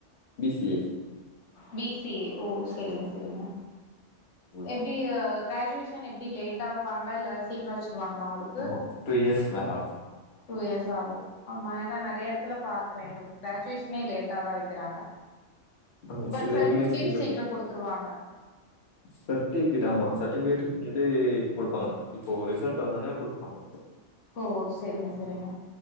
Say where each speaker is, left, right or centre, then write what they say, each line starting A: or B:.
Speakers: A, on the left; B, on the left.
A: பிசிஎ
B: பிசிஏ ஓ சேரிங்க சேரிங்க
A: ம்
B: எப்டி கிராஜுவேஷன் எப்டி லேட்டா வப்பாங்களா இல்ல சீக்ரோ வச்சுருவாங்களா ஒங்களுக்
A: ஆமா டூ இயர்ஸ் மேலதா
B: டூ இயர்ஸ் ஆகு ஆமா ஏனா நெறைய எடத்துலப் பாக்குறே கிராஜுவேஷனே லேட்டா தா வக்கிறாங்க
A: ஆமா
B: பட்
A: சில
B: சர்டிஃபிகேட்
A: யூனிவர்சிட்டில
B: சீக்ரோ குடுத்துருவாங்க
A: சர்டிஃபிகேட் ஆமா சர்டிஃபிகேட் வந்து இப்ப குடுப்பாங்க இப்போ ரிசல்ட் வந்த உடனே குடுப்பாங்க
B: ஓ சேரிங்க சேரிங்க